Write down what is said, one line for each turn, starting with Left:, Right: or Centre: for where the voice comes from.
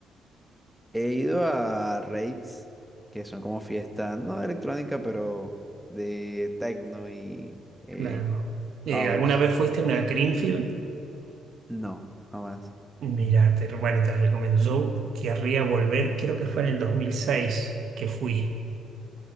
Centre: He ido a raves, que son como fiestas, no de electrónica, pero de techno y eh,
Right: Claro. Eh,
Centre: house.
Right: ¿alguna vez fuiste a una Creamfield?
Centre: No, jamás.
Right: Mira, te- bueno, te recomiendo. Yo querría volver, creo que fue en el 2006 que fui.